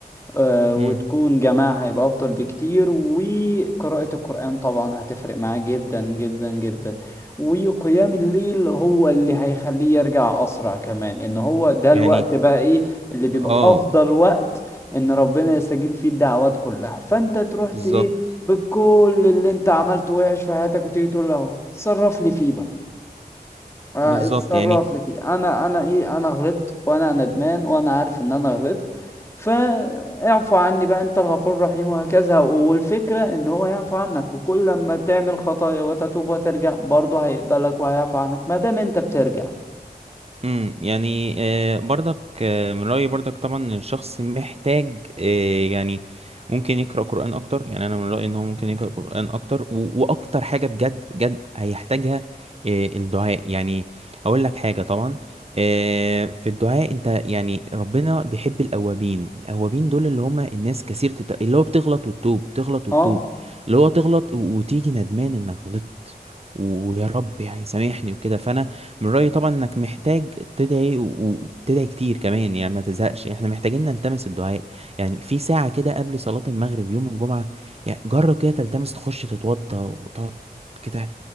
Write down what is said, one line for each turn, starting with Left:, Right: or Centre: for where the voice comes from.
Left: آه، وتكون
Right: مم.
Left: جماعة هيبقى أفضل بكتير وقراءة القرآن طبعا هتفرق معاه جدا جدا جدا وقيام الليل هو اللي هيخليه يرجع أسرع كمان إن هو ده الوقت
Right: يعني
Left: بقى إيه اللي بيبقى
Right: اه
Left: أفضل وقت إن ربنا يستجيب فيه الدعوات كلها فأنت تروح
Right: بالظبط
Left: ت- إيه بكل اللي أنت عملته وحش في حياتك وتيجي تقول له اهو، صرف لي فيه بقى آه،
Right: بالظبط
Left: اتصرف
Right: يعني
Left: لي فيه انا انا ايه انا غلطت وانا ندمان وانا عارف ان انا غلطت فاعفو عني بقى انت الغفور الرحيم وهكذا والفكرة ان هو يعفو عنك وكل لما تعمل خطايا وتتوب وترجع برضه هيقبلك وهيعفو عنك ما دام انت بترجع
Right: امم يعني آه، برضك آه، من رأيي برضك طبعا إن الشخص محتاج آه، يعني ممكن يقرأ قرآن أكتر يعني أنا من رأيي إن هو ممكن يقرأ قرآن أكتر و- وأكتر حاجة بجد بجد هيحتاجها آه، الدعاء يعني أقول لك حاجة طبعا آه، في الدعاء أنت يعني ربنا بيحب الأوابين الأوابين دول اللي هم الناس كثير تت... اللي هو بتغلط وتتوب تغلط وتتوب
Left: اه
Right: اللي هو تغلط و- وتيجي ندمان إنك غلطت ويا رب يعني سامحني وكده فأنا من رأيي طبعا انك محتاج تدعي و- وتدعي كتير كمان يعني ما تزهقش احنا محتاجين نلتمس الدعاء يعني في ساعة كده قبل صلاة المغرب يوم الجمعة يعني جرب كده تلتمس تخش تتوضى وتقعد كده